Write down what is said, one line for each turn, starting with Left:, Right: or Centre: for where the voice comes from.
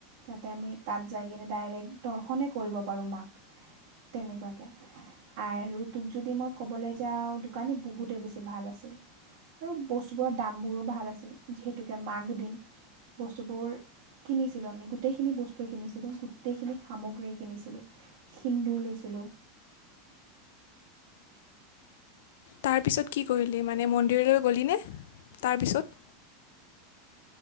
Right: যাতে আমি তাত যাই কিনে ডাইৰেক্ট দৰ্শনে কৰিব পাৰোঁ মাক, তেনেকুৱাকে। আৰু তোক যদি মই ক'বলৈ যাওঁ, দোকানী বহুতে বেছি ভাল আছিল। আৰু বস্তুবোৰৰ দাম বোৰো ভাল আছিল, যিহেতুকে মাক দিম। বস্তুবোৰ কিনিছিলোঁ আমি, গোটেইখিনি বস্তুৱে কিনিছিলোঁ। গোটেইখিনি সামগ্ৰীয়ে কিনিছিলোঁ, সিন্দুৰ লৈছিলোঁ।
Left: তাৰপিছত কি কৰিলি মানে? মন্দিৰলৈ গ'লিনে তাৰপিছত?